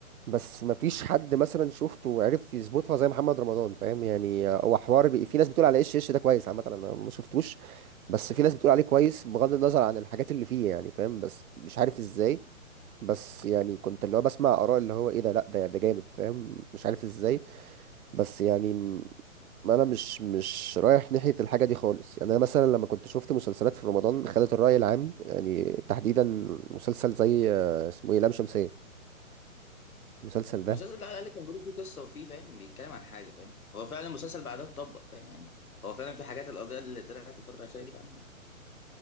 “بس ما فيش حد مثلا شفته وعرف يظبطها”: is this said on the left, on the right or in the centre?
Right